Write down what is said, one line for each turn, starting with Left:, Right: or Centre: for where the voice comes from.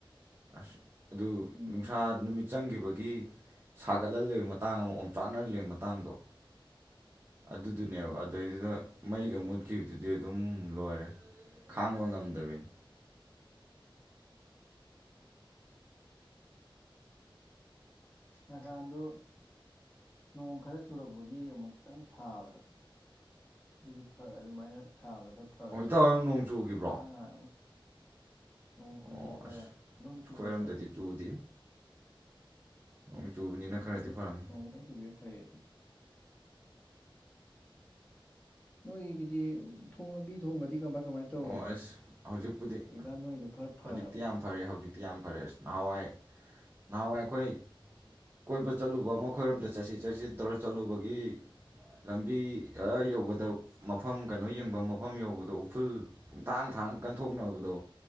Right: ꯑꯁ ꯑꯗꯨ
Left: ꯎꯝ
Right: ꯅꯨꯡꯁꯥ ꯅꯨꯃꯤꯠ ꯆꯪꯈꯤꯕꯒꯤ ꯁꯥꯒꯠꯍꯜꯂꯩꯕ ꯃꯇꯥꯡ ꯑꯃ ꯑꯣꯝꯆꯥꯛꯅꯍꯜ ꯂꯩꯕ ꯃꯇꯥꯡꯗꯣ ꯑꯗꯨꯗꯨꯅꯦꯕ
Left: ꯍꯣꯏ
Right: ꯑꯗꯨꯗꯩꯗꯨꯗ ꯃꯩꯒ ꯃꯨꯠꯈꯤꯕꯗꯨꯗꯤ ꯑꯗꯨꯝ ꯂꯣꯏꯔꯦ ꯈꯥꯡꯕ ꯉꯝꯗꯕꯤꯅꯤ
Left: ꯉꯍꯥꯟꯗꯣ ꯅꯣꯡ ꯈꯔ ꯆꯨꯔꯛꯄꯒꯤ ꯑꯃꯨꯛꯇꯪ ꯁꯥꯕꯗꯣ ꯑꯗꯨꯗꯤ ꯐꯥꯔꯛ ꯑꯗꯨꯃꯥꯏꯅ ꯁꯥꯕꯗꯣ ꯈꯔ ꯐꯈ꯭ꯔꯦ
Right: ꯑꯣ ꯏꯇꯥꯎ ꯍꯝ ꯅꯣꯡ ꯆꯨꯈꯤꯕ꯭ꯔꯣ
Left: ꯉꯔꯥꯡ ꯅꯍꯥꯟ ꯑꯃꯨꯛ ꯅꯣꯡ ꯆꯨꯏꯌꯦ
Right: ꯑꯣ
Left: ꯈꯔꯥ
Right: ꯑꯁ
Left: ꯑꯗꯣꯝꯗ
Right: ꯑꯩꯈꯣꯏꯔꯣꯝꯗꯗꯤ
Left: ꯆꯨꯗꯕ꯭ꯔꯣ
Right: ꯆꯨꯗꯦ ꯅꯣꯡ ꯆꯨꯕꯅꯤꯅ
Left: ꯅꯣꯡꯗꯣ
Right: ꯈꯔꯗꯤ ꯐꯔꯝꯅꯤ
Left: ꯅꯣꯡ ꯈꯤꯇꯪ ꯆꯨꯈꯤꯕ ꯐꯩꯌꯦ ꯅꯣꯏꯒꯤꯗꯤ ꯊꯣꯡ ꯂꯝꯕꯤ ꯊꯣꯡꯒꯗꯤ ꯀꯃꯥꯏ ꯀꯃꯥꯏ ꯇꯧꯔꯒꯦ
Right: ꯑꯣ ꯑꯁ ꯍꯧꯖꯤꯛꯄꯨꯗꯤ
Left: ꯍꯧꯖꯤꯛꯀꯥꯟ ꯅꯣꯏꯗꯣ ꯈꯔ ꯐꯔꯕ
Right: ꯍꯧꯖꯤꯛꯇꯤ ꯌꯥꯝ ꯐꯔꯦ ꯍꯧꯖꯤꯛꯇꯤ ꯌꯥꯝ ꯐꯔꯦ ꯑꯁ ꯅꯍꯥꯟꯋꯥꯏ ꯅꯍꯥꯟꯋꯥꯏ ꯑꯩꯈꯣꯏ ꯀꯣꯏꯕ ꯆꯠꯂꯨꯕ ꯑꯃ ꯑꯩꯏꯔꯣꯝꯗ ꯆꯠꯁꯤ ꯆꯠꯁꯤ ꯇꯧꯔ ꯆꯠꯂꯨꯕꯒꯤ ꯂꯝꯕꯤ ꯑꯥ ꯌꯧꯕꯗ ꯃꯐꯝ ꯀꯩꯅꯣ ꯌꯦꯡꯕꯝ ꯃꯐꯝ ꯌꯧꯕꯗꯣ ꯎꯐ꯭ꯔꯨꯜ ꯄꯨꯡꯊꯥꯡ ꯊꯥꯡꯉꯥ ꯀꯟꯊꯣꯛꯅꯕꯗꯣ